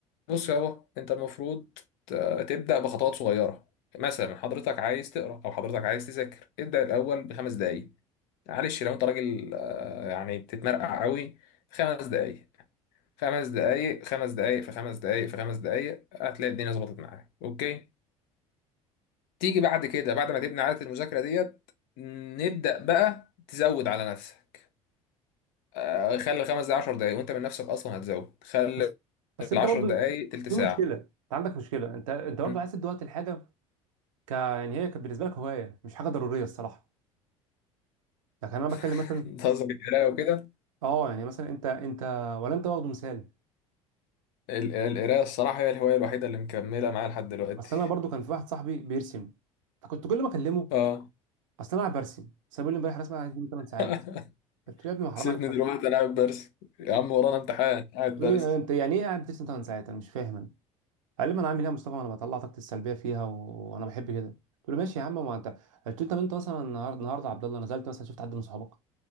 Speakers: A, on the left; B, on the right.
A: بص يابا انت المفروض ت- تبدا بخطوات صغيره مثلا حضرتك عايز تقرا او حضرتك عايز تذاكر ابدا الاول بخمس دقائق معلش لو انت راجل آه، يعني بتتمرقع قوي في خمس دقايق خمس دقايق خمس دقايق في خمس دقايق في خمس دقايق هتلاقي الدنيا ظبطت معاك اوكي تيجي بعد كده بعد ما تبني عادة المذاكرة ديت نبدأ بقى تزود على نفسك آه، خلي الخمس دقايق 10 دقايق وانت من نفسك اصلا هتزود خلي
B: بس بس
A: العشر
B: انت برضو
A: دقايق تلت
B: في
A: ساعة
B: مشكله انت عندك مشكله انت انت برضو
A: مم.
B: عايز تدي وقت الحاجه ك يعني هي كانت بالنسبه لك هوايه مش حاجه ضروريه الصراحه لكن انا بتكلم
A: <laughs>
B: مثلا
A: بتهزر القراية وكده
B: اه يعني مثلا انت انت ولا انت واخده مثال
A: ال- القراية الصراحة هي الهواية الوحيدة اللي مكملة معايا لحد دلوقتي
B: اصل انا برضو كان في واحد صاحبي بيرسم فكنت كل ما اكلمه
A: اه
B: اصل انا قاعد برسم بس بيقول لي امبارح رسمه عايز تجيب 8 ساعات
A: <laughs>
B: قلت له يا ابني ما حرام
A: سيبني
B: عليك أكتر.
A: دلوقتي انا قاعد برسم يا عم ورانا امتحان قاعد
B: قلت له
A: برسم
B: إيه؟ آه، انت يعني ايه قاعد بترسم 8 ساعات انا مش فاهم انا قال لي ما انا عامل ايه يا مصطفى ما انا بطلع طاقتي السلبيه فيها و- وانا بحب كده قلت له ماشي يا عم ما انت قلت له طب انت مثلا النهارده النهارده يا عبد الله نزلت مثلا شفت حد من صحابك